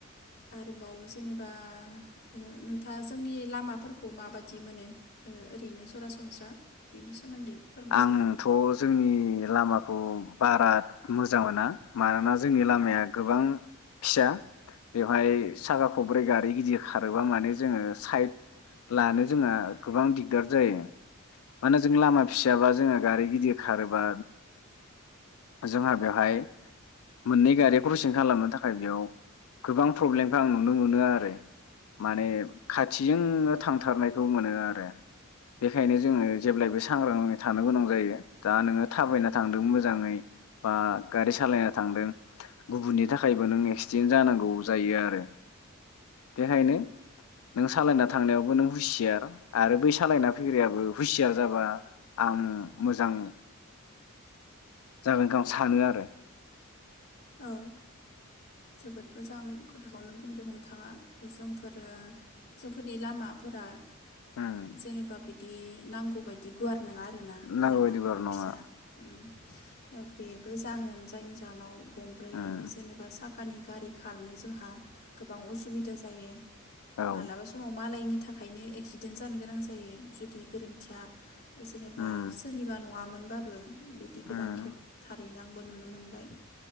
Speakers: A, on the left; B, on the left.
A: आरोबाव जेनेबा ओ नोंथाङा जोंनि लामाफोरखौ माबादि मोनो? ओ ओरैनो सरासनस्रा बेनि सोमोन्दै फोरमायजागोन
B: आंथ' जोंनि लामाखौ बारा मोजां मोना मानोना जोंनि लामाया गोबां फिसा बेवहाय साखा खब्रै गारि गिदिर खारोबा माने जोङो साइद लानो जोंहा गोबां दिगदार जायो मानोना जों लामा फिसाबा जोङो गारि गिदिर खारोबा जोंहा बेवहाय मोननै गारि क्रसिं खालामनो थाखाय बेयाव गोबां प्रब्लेमखो आं नुनो मोनो आरो माने खाथिजोंनो थांथारनायखौ मोनो आरो बेखायनो जोङो जेब्लायबो सांग्राङै थानो गोनां जायो दा नोङो थाबायना थांदों मोजाङै बा गारि सालायना थांदों गुबुननि थाखायबो नों एक्सिडेन्ट जानांगौ जायो आरो बेखायनो नों सालायना थांनायावबो नों हुसियार आरो बै सालायना फैग्रायाबो हुसियार जाबा आं मोजां जागोनखौ आं सानो आरो।
A: औ जोबोद मोजां खोथाखौनो बुंदो नोंथाङा जोंफोरो जोंफोरनि लामाफोरा।
B: उम
A: जेनेबा बे दि नांगौबायदि गुवार। नोङा आरोना
B: नांगौ
A: लामाफोरा
B: बायदिबो आरो
A: फिसा
B: नङा
A: उम बे बे जाहोन जायनि जाहोनाव। गंब्रै
B: उम
A: जेनेबा सा खानि गारि खारनो जोंहा गोबां असुबिदा जायो।
B: औ
A: मालाबा समाव मालायनि। थाखायनो एक्सिडेन्ट जानो गोनां जायो जुदि गोरोन्थिया। जेनेबा
B: उम
A: सोरनिबा नङामोन। बाबो। बिदि गोबां
B: उम
A: खेब थारैना बो नुनो मोनबाय।